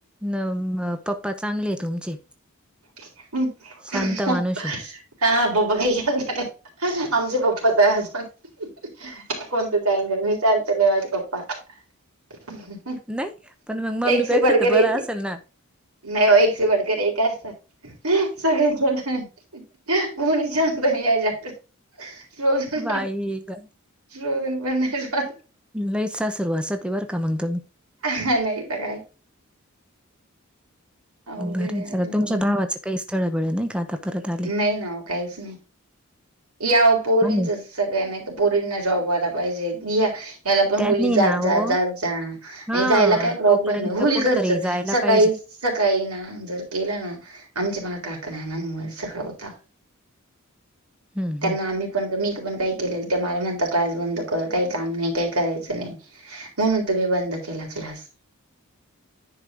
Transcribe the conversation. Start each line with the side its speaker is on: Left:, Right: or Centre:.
Centre: न पप्पा चांगले आहे तुमचे
Right: <inaudible> हा
Centre: शांत माणूस
Right: हा
Centre: आहे.
Right: पप्पा काही ख्याल कर आमचे पप्पाचा हसबड कोणतं चई मी चालत नाही माझे पप्पा
Centre: नाही पण मग मम्मीपेक्षा
Right: एक से पडकर
Centre: तर बरं
Right: एक
Centre: असेल ना
Right: नाही एक बडकर एक असत सगळे घ कोणी शांत नाही याच्यात रोजन
Centre: बाई
Right: पण
Centre: ग
Right: रोजन पनण्या
Centre: वईचा सरू अस ते बर का म्हगतो म्
Right: हा नाही तर काय अवघड
Centre: बर
Right: आहे माझी
Centre: चला
Right: मम्मी
Centre: तुमच्या भावाचं काही स्थळ बळ नाही का आता परत आले
Right: नाही ना काहीच नाही या पोरींच
Centre: आणि
Right: सगळ्यां नाही पोरींना जॉबवाला पाहिजे या याला पण
Centre: त्यांनी
Right: बोलली जात
Centre: ना हो
Right: जा जात जा नाही
Centre: हा
Right: जायला काय प्रॉब्लेम
Centre: तोपर्यंत
Right: नाही होल
Centre: कुठतरी
Right: घरचं
Centre: जायला
Right: सकाळी
Centre: पाहिजे
Right: सकाळी ना जर केलं ना आमच्या मा काक नानामुळे सगळं होता
Centre: हम्म
Right: त्यांना
Centre: हम्म
Right: आम्ही पण मी पण काही केलेलं ते मला म्हणता क्लास बंद कर काही काम नाही काही करायचं नाही म्हणून तुम्ही बंद केला क्लास